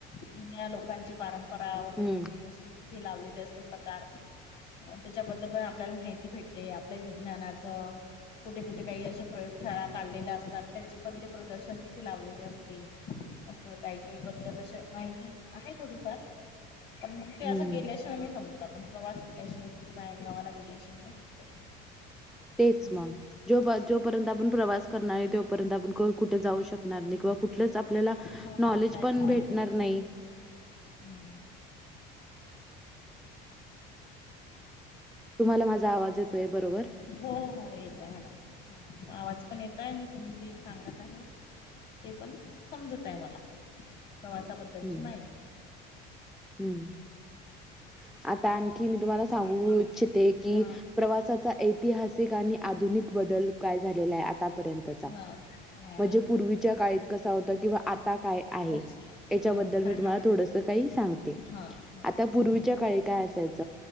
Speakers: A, on the left; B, in the centre.
A: जुन्या लोकांची पारंपरा. परा वगैरे
B: हम्म.
A: जे अशे ते लावलेले असतात. प्रकार त्यच्या बद्दल पण आपल्याला माहिती भेटते. आपल्या विज्ञानात त <inaudible> कुठे कुठे काही अशा प्रयोगशाळा काढलेल्या असतात त्याचे पण ते प्रदर्शन तिथे लावलेले असतात असं काही काही बद्दल अशी अफवा आहे की आहे थोडी फार पण मग ते असं
B: हम्म.
A: गेल्या शिवाय नाही समजत आपण प्रवास केल्या शिवाय कुठे बाहेर गावाला गेल्या शिवाय नाही समजत
B: तेच
A: असं.
B: मग जो जो पर्यंत आपण प्रवास करणार आहे तोपर्यंत आपण कुठे जाऊ शकणार नाही किंवा कुठ कुठलाच आपल्याला
A: हो ना
B: नॉलेज
A: काहीच
B: पण
A: माहिती
B: भेटणार नाही
A: भविष्यात
B: तुम्हाला माझा आवाज येतोय बरोबर?
A: हो, हो येतय मॅडम आवाज पण येतय आणि तुम्ही जे सांगत आहे ते पण समजत आहे. मला प्रवासाबद्दलची
B: हम्म.
A: माहिती
B: हम्म. <inaudible> आता आणखी मी तुम्हाला
A: अजून
B: सांगू इच्छिते की
A: हा
B: प्रवासाचा ऐतिहासिक आणि आधुनिक बदल काय झालेला आहे. आता पर्यतचा
A: हा हा
B: म्हणजे पूर्वीच्या काळीत कसा होता किंवा आता काय आहे
A: अच्छा
B: याच्याबद्दल
A: हा सांगा
B: मी तुम्हाला
A: मॅडम
B: थोडस काही सांगते.
A: हा हा
B: आता
A: चालेल
B: पूर्वीच्या काळी काय असायच